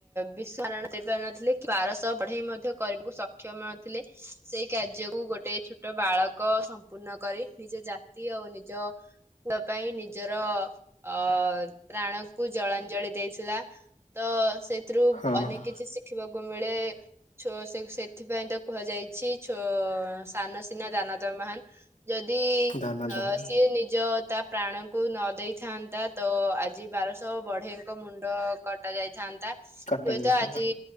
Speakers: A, on the right; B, on the left.
A: ବିଶରଣ କରିପାରନଥିଲେ ବାରଶହ ବଢେଇ ମଧ୍ୟ କରିବାକୁ ସକ୍ଷମ ନଥିଲେ। ସେଇ କାର୍ଯ୍ୟକୁ ଗୋଟେ ଛୋଟ ବାଳକ ସମ୍ପୂର୍ଣ୍ଣ କରି ନିଜ ଜାତି ଆଉ ନିଜ ପାଇଁ ନିଜର ଅ ପ୍ରାଣ କୁ ଜଳାଞ୍ଜଳି ଦେଇଥିଲା। ତ ସେଥିରୁ
B: ହଁ
A: ଅନେକ କିଛି ଶିଖିବାକୁ ମିଳେ ଛୋ ସେଥିପାଇଁ ତ କୁହାଯାଇ ଇଛି ସାନ ସିନା ଦାନ ତା ମହାନ। ଯଦି
B: ଧାନ
A: ଅ
B: ଦବ
A: ସିଏ ନିଜ ତା ପ୍ରାଣଙ୍କୁ ନ ଦେଇଥାନ୍ତା। ତ ଆଜି ବାରଶହ ବଢ଼େଇଙ୍କ ମୁଣ୍ଡ କଟା ଯାଇଥାନ୍ତା,
B: କଟା
A: ହୁଏତ
B: ଯାଇଥାନ୍ତା
A: ଆଜି